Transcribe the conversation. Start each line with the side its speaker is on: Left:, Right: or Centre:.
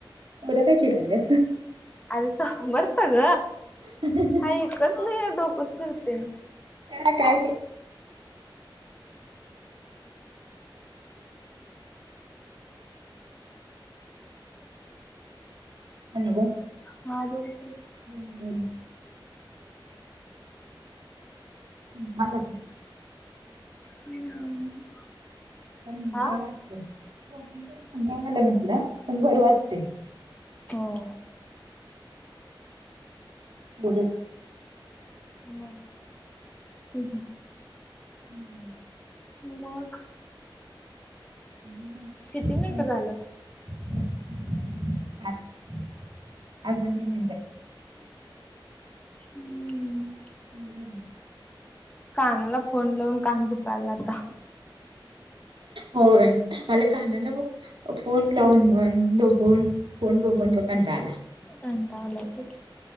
Right: ब्या कायचीरल्या
Left: अस बरतग
Right: काय
Left: ईकत नाही अ डोकत बरते
Right: का काय हॅलो
Left: हा बोलते
Right: हम् झालच
Left: हम्म
Right: पण
Left: हा
Right: बरं वाटत वॉकिंग करून म्ह आलं म्हटलं पण बर वाटते
Left: हो
Right: बढं
Left: ह ह
Right: हम्म
Left: मग
Right: <inaudible>
Left: किती मिनिटं झालं
Right: अजवनटीन मिनट
Left: हम्म
Right: हम्
Left: कानाला फोन लावून कान दुकालाता
Right: होय मला कानाला ब फोन लावून मग बघून फोन बघून बघता आला
Left: रटावल तेच